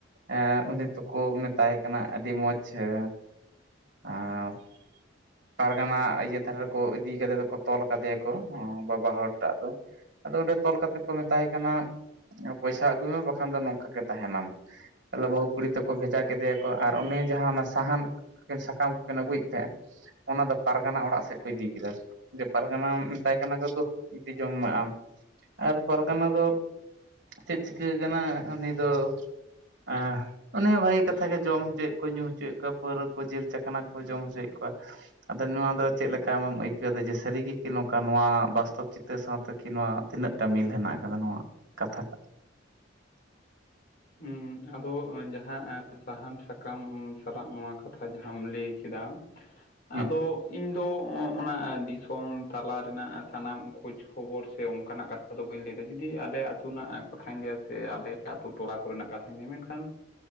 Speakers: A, on the right; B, on the left.
A: ᱮᱸ ᱩᱱᱤ ᱫᱚᱠᱚ ᱢᱮᱛᱟᱭ ᱠᱟᱱᱟ ᱟᱹᱰᱤ ᱢᱚᱸᱡᱽ ᱮᱻ ᱟᱸᱻ ᱯᱟᱨᱜᱟᱱᱟ ᱤᱭᱟᱹ ᱫᱷᱟᱨᱮ ᱨᱮᱠᱚ ᱤᱫᱤ ᱠᱟᱫᱮ ᱫᱚᱠᱚ ᱛᱚᱞ ᱟᱠᱟᱫᱮᱭᱟ, ᱦᱚᱸ ᱵᱟᱵᱟ ᱦᱚᱲ ᱴᱟᱜ ᱫᱚ᱾ ᱟᱫᱚ ᱚᱸᱰᱮ ᱛᱚᱞ ᱠᱟᱛᱮᱜ ᱠᱚ ᱢᱮᱛᱟᱭ ᱠᱟᱱᱟ ᱯᱚᱭᱥᱟ ᱟᱹᱜᱩᱭ ᱢᱮ ᱵᱟᱠᱷᱟᱱ ᱫᱚ ᱱᱚᱝᱠᱟ ᱜᱮ ᱛᱟᱦᱮᱱᱟᱢ᱾ ᱛᱟᱞᱮ ᱵᱟᱹᱦᱩ ᱠᱩᱲᱤ ᱛᱮᱠᱚ ᱵᱷᱮᱡᱟ ᱠᱮᱫᱮᱭᱟᱠᱚ ᱟᱨ ᱩᱱᱤ ᱡᱟᱦᱟᱸ ᱚᱱᱟ ᱥᱟᱦᱟᱱ ᱮᱠᱮᱱ ᱥᱟᱠᱟᱢ ᱠᱚᱠᱤᱱ ᱟᱹᱜᱩᱭᱮᱫ ᱛᱟᱦᱮᱸᱜ ᱚᱱᱟ ᱫᱚ ᱯᱟᱨᱜᱟᱱᱟ ᱚᱲᱟᱜ ᱥᱮᱫ ᱠᱚ ᱤᱫᱤ ᱠᱮᱫᱟ ᱡᱮ ᱯᱟᱨᱜᱟᱱᱟ ᱢᱮᱛᱟᱭ ᱠᱟᱱᱟ ᱠᱚ ᱫᱩ ᱤᱫᱤ ᱡᱚᱝ ᱢᱮ ᱟᱢ, ᱟᱨ ᱯᱟᱨᱜᱟᱱᱟ ᱫᱚ ᱪᱮᱫ ᱪᱤᱠᱟᱹ ᱟᱠᱟᱱᱟ ᱩᱱᱤ ᱫᱚ ᱟᱸ ᱚᱱᱮ ᱦᱚᱸ ᱵᱷᱟᱹᱜᱤ ᱠᱟᱛᱷᱟ ᱜᱮ ᱡᱚᱢ ᱦᱚᱪᱚᱭᱮᱫ ᱠᱚ ᱧᱩᱸ ᱦᱚᱪᱚᱭᱮᱫ ᱠᱚᱣᱟ ᱯᱟᱹᱣᱨᱟᱹ ᱠᱚ ᱡᱤᱞ ᱪᱟᱠᱷᱟᱱᱟ ᱠᱚ ᱡᱚᱢ ᱦᱚᱪᱚᱭᱮᱫ ᱠᱚᱣᱟ᱾ ᱟᱫᱚ ᱱᱚᱣᱟ ᱫᱚ ᱪᱮᱫ ᱞᱮᱠᱟ ᱟᱢᱮᱢ ᱟᱹᱭᱠᱟᱹᱣ ᱫᱟ ᱡᱮ ᱥᱟᱹᱨᱤᱜᱤ ᱠᱤ ᱱᱚᱝᱠᱟ ᱱᱚᱣᱟ ᱵᱟᱥᱛᱚᱵ ᱪᱤᱛᱟᱹᱨ ᱥᱟᱶᱛᱮ ᱠᱤ ᱱᱚᱣᱟ ᱛᱤᱱᱟᱹᱜᱼᱴᱟ ᱢᱤᱞ ᱦᱮᱱᱟᱜ ᱟᱠᱟᱫᱟ ᱱᱚᱣᱟ ᱠᱟᱛᱷᱟ ᱛᱟᱜᱽ <inaudible>
B: ᱩᱸ ᱟᱫᱚ ᱡᱟᱦᱟᱸ ᱥᱟᱦᱟᱱ ᱥᱟᱠᱟᱢ ᱥᱟᱞᱟᱜ ᱱᱚᱣᱟ ᱠᱟᱛᱷᱟ ᱡᱟᱦᱟᱸᱢ ᱞᱟᱹᱭ ᱠᱮᱫᱟ
A: <inaudible>
B: ᱟᱫᱚ ᱤᱧ ᱫᱚ ᱚᱱᱟ ᱫᱤᱥᱚᱢ ᱛᱟᱞᱟ ᱨᱮᱱᱟᱜ ᱥᱟᱱᱟᱢ ᱠᱷᱳᱡᱽ ᱠᱷᱚᱵᱚᱨ ᱥᱮ ᱚᱱᱠᱟᱱᱟᱜ ᱠᱟᱛᱷ ᱠᱚᱫᱚ ᱵᱟᱹᱧ ᱞᱟᱹᱭ ᱫᱟ ᱡᱩᱫᱤ ᱟᱞᱮ ᱟᱹᱛᱩ ᱨᱮᱱᱟᱜ ᱠᱟᱛᱷᱟᱧ ᱞᱟᱹᱭᱟ ᱥᱮ ᱟᱞᱮ ᱟᱛᱳ ᱴᱚᱞᱟ ᱠᱚᱨᱮᱱᱟᱜ ᱠᱟᱛᱷᱟᱧ ᱞᱟᱹᱭᱟ ᱢᱮᱱᱠᱷᱟᱱ